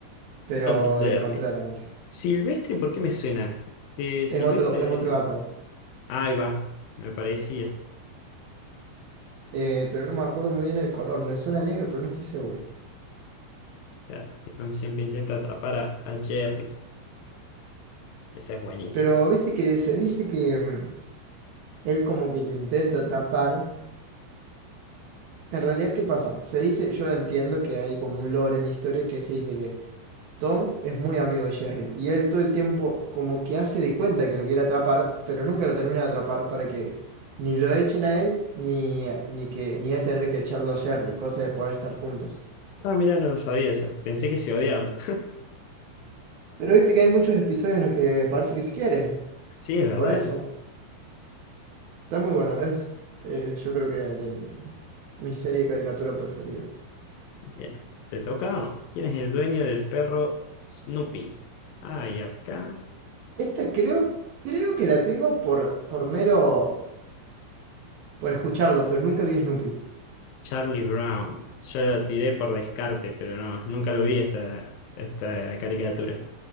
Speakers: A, on the left; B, on the right.
A: <laughs>
B: pero
A: Tom y Jerry.
B: la encontré, la encontré.
A: Silvestre, ¿por qué me suena? De Silvestre.
B: Es otro, es otro gato.
A: ah, Ahí va, me parecía.
B: Eh, pero no me acuerdo muy bien el color. Me suena a negro, pero no estoy seguro.
A: Claro, que Tom siempre intenta atrapar a, a Jerry. Esa es buenísima.
B: Pero viste que se dice que mm, él como que lo intenta atrapar. En realidad, ¿qué pasa? Se dice, yo entiendo que hay como un lore en la historia que se dice que Tom es muy amigo de Jerry y él todo el tiempo como que hace de cuenta que lo quiere atrapar, pero nunca lo termina de atrapar para que ni lo echen a él ni, ni que ni él tener que echarlo a Jerry, cosa de poder estar juntos.
A: Ah, mira, no lo sabía eso. Pensé que se odiaban.
B: Pero viste que hay muchos episodios en los que parece que se quieren,
A: Sí, es verdad
B: por eso
A: eso.
B: está muy bueno, es eh, yo creo que de mi, mi serie de caricatura preferida.
A: Bien. ¿Te toca o no? ¿Quién es el dueño del perro Snoopy? Ah, y acá
B: Esta creo, creo que la tengo por, por mero por escucharlo, pero nunca vi Snoopy.
A: Charlie Brown. Yo lo tiré por descarte, pero no, nunca lo vi esta, esta caricatura.